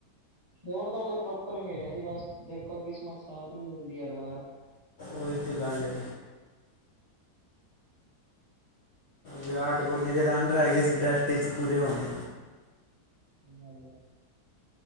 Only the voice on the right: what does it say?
ਹੁਣ ਤਾਂ ਓਨੇ ਪ੍ਰੋਪਰ ਖੇਲਿਆ ਸੀ, ਬਸ ਵੇਖੋ ਕਿਸਮਤ ਸਾਥ ਨਈ ਦਿਂਦੀ ਹਰ, ਵਾਰ।
ਹੈਲੋ?